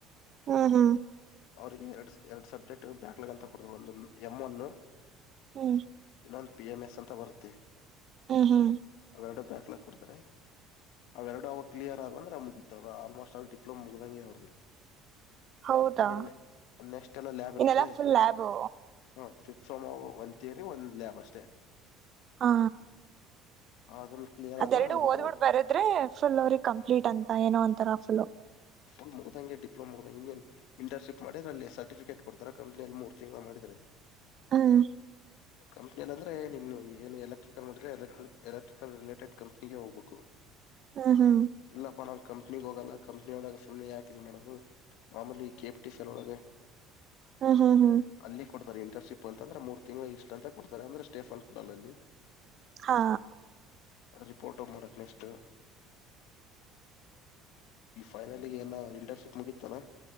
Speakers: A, on the right; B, on the left.
A: ಹ್ಮ ಹ್ಮ್
B: ಅವ್ರರಿಗೆ ಎರಡು ಎರಡ್ ಸಬ್ಜೆಕ್ಟ್ ಬ್ಯಾಕ್ಲಾಗ್ ಅಂತ ಕೊಡತರು ಒಂದು ಎಮ್ ಅನ್ನು
A: ಹ್ಮ
B: ಇನ್ನೊಂದು ಪಿ ಎಮ್ ಎಸ್ ಅಂತ ಬರುತ್ತೆ.
A: ಹ ಹಾ
B: ಅವೆರಡು ಬ್ಯಾಕ್ಲಾಗ್ ಕೊಡ್ತಾರೆ ಅವೆರಡು ಅವ ಕ್ಲಿಯರ್ ಆದ ಅಂದ್ರ ಮುಗಿತ್ ಅವರು ಆಲ್ಮೋಸ್ಟ್ ಆಲ್ ಡಿಪ್ಲೋಮ ಮುಗ್ದಂಗೆ ಅವ್ರರು
A: ಹೌದಾ
B: ನಿನ್ನೆ ನೆಕ್ಸ್ಟ್ ಎಲ್ಲ ಲ್ಯಾಬ್
A: ಇನ್ನೆಲ್ಲಾ
B: ಇರುತ್ತೆ
A: ಫುಲ್ ಲ್ಯಾಬು
B: ಹಾ ಫಿಫ್ತ್ ಸೆಮ್ ಒಂದು ತೀಯರಿ ಒಂದು ಲ್ಯಾಬ್ ಅಷ್ಟೇ
A: ಹಾ
B: ಅದನ್ನ ಕ್ಲಿಯರ್
A: ಅದೆರಡು
B: ಆತಂದ್ರೆ ಮುಗ್ದ
A: ಓದ್ಬಿಟ್ ಬರದ್ರೆ ಫುಲ್ ಅವ್ರರಿಗೆ ಕಂಪ್ಲೀಟ್ ಅಂತ ಏನೋ ಒಂತರ ಫುಲ್
B: ಫುಲ್ ಮುದ್ದಂಗೆ ಡಿಪ್ಲೋಮಾ ಮುದ್ದಂಗೆ ಇನ್ನೇನು ಇಂಟರ್ನ್ಶಿಪ್ ಮಾಡಿದ್ರ ಅಲ್ಲಿ ಸರ್ಟಿಫಿಕೇಟ್ ಕೊಡ್ತಾರೆ ಅಲ್ಲಿ ಕಂಪನಿಲಿ ಮೂರ್ ತಿಂಗಳ ಮಾಡಿದ್ರೆ
A: ಹ್ಮ್
B: ಕಂಪ್ನಿಯ ಅಂದ್ರೆ ನಿಮ್ ಏನು ಎಲೆಕ್ಟ್ರಿಕಲ್ ಮಾಡಿದ್ರೆ ಎಲೆ ಎಲೆಕ್ಟ್ರಿಕಲ್ ರಿಲೇಟೆಡ್ ಕಂಪ್ನಿಗೆ ಹೋಗ್ಬೇಕು
A: ಹ್ಮ್ ಹ್ಮ
B: ಇಲ್ಲಪ್ಪಾ ನಾ ಕಂಪ್ನಿಗ್ ಹೋಗಲ್ಲ ಕಂಪ್ನಿ ಒಳಾಗ ಸುಮ್ಮನೆ ಯಾಕಿದ ಮಾಡೋದು ಮಾಮೂಲಿ ಕೆಪಿಟಿ <unintelligible> ಲೋಳಗೆ
A: ಹ್ಮ ಹ್ಮ ಹ್ಮ
B: ಅಲ್ಲಿ ಕೊಡ್ತಾರೆ ಇಂಟರ್ನ್ಶಿಪ್ ಅಂತಂದ್ರೆ ಮೂರು ತಿಂಗಳು ಇಸ್ಟ್ ಅಂತ ಕೊಡ್ತಾರೆ ಅಂದ್ರೆ ಸ್ಟೇಫಂಡ್ ಕೊಡಲ್ಲ ಅಲ್ಲಿ
A: ಹಾ
B: ರಿಪೋರ್ಟ್ ಮಾಡಕ್ ನೆಸ್ಟ್ ಈ ಫೈನಲ್ಗೆ ಎಲ್ಲಾ ಇಂಟರ್ನ್ಶಿಪ್ ಮುಗಿತ್ತಲಾ